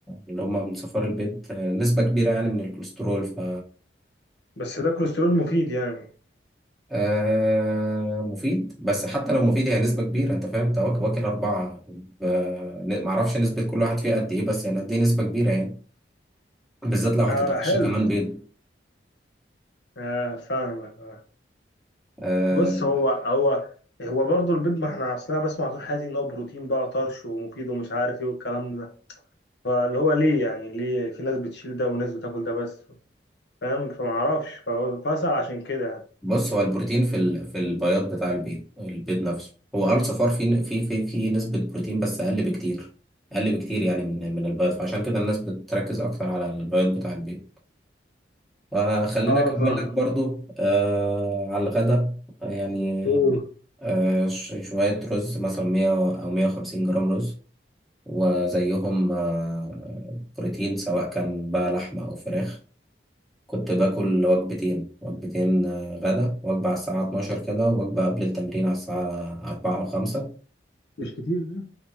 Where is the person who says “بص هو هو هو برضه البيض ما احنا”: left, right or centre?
Left